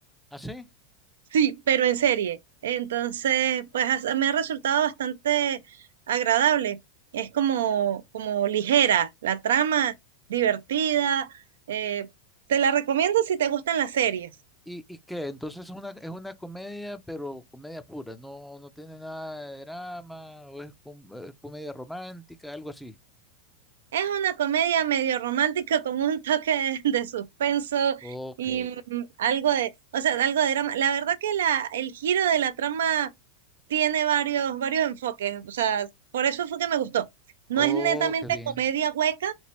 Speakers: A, in the centre; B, on the right.
A: ¿Ah, sí?
B: Sí, pero en serie. Entonces, pues as- me ha resultado bastante agradable. Es como, como ligera la trama, divertida. eh, te la recomiendo si te gustan las series.
A: ¿Y, y qué? Entonces es una, es una comedia, pero comedia pura, no, no tiene nada de drama, o es, com- eh, es comedia romántica, algo así.
B: Es una comedia medio romántica con un <laughs> toque de, de suspenso
A: Ok,
B: y mm, algo de, o sea, algo de drama. La verdad que la, el giro de la trama tiene varios, varios enfoques, o sea, por eso fue que me gustó. No
A: oh,
B: es netamente
A: qué bien,
B: comedia hueca,